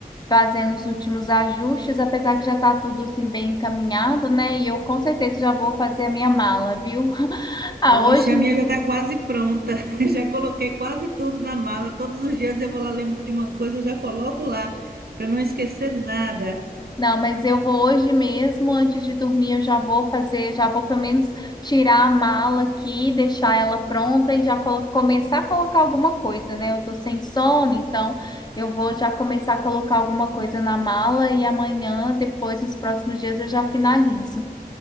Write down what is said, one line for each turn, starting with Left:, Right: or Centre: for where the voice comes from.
Left: fazendo os últimos ajustes, apesar que já tá tudo assim bem encaminhado, né? E eu com certeza já vou fazer a minha mala, viu? <laughs> Ah,
Right: Oxe,
Left: hoje
Right: a minha já está quase pronta. <laughs> Já coloquei quase tudo na mala. Todos os dias eu vou lá, lembro de uma coisa, eu já coloco lá, para não esquecer nada.
Left: Não, mas eu vou hoje mesmo, antes de dormir, eu já vou fazer, já vou pelo menos tirar a mala aqui, deixar ela pronta e já colo- começar a colocar alguma coisa, né? Eu tô sem sono, então eu vou já começar a colocar alguma coisa na mala e amanhã, depois, nos próximos dias, eu já finalizo.